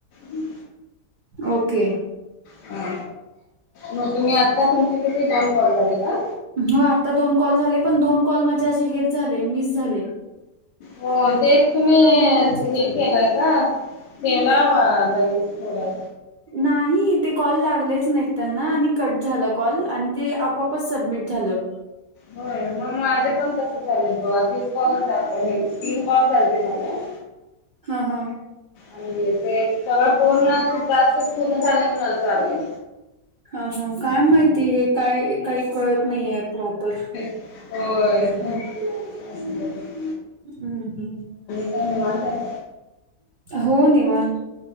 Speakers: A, on the left; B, on the right.
A: हम्.
B: ओके.
A: हा मग तुम्ही आता तुमचे किती दोन कॉल झाले का.
B: हो आता दोन कॉल झाले पण दोन कॉल माझे असे हेच झाले मिस झाले.
A: हो ते तुम्ही
B: मिनिटाचे
A: हे
B: झाले
A: केलंय
B: ते.
A: का. ठेवलावा लगेच ठेवला.
B: नाही ते कॉल लागलेच नाहीत त्यांना आणि कट झालं कॉल आणि ते आपोपच सबमिट झालं.
A: होय मग मग माझे पण तस झाले बघा तीस कॉलच दाख तीन कॉल झालेते नाही.
B: हा हा.
A: आणि ते सगळं पूर्णू तासच पूर्ण झालाय म्हण असं आलंय.
B: ह हा काय माहिती हे काय काही कळत नाही आहे प्रॉपर.
A: हो.
B: हम्म हम्म.
A: धन्यवाद सा.
B: हो निवान.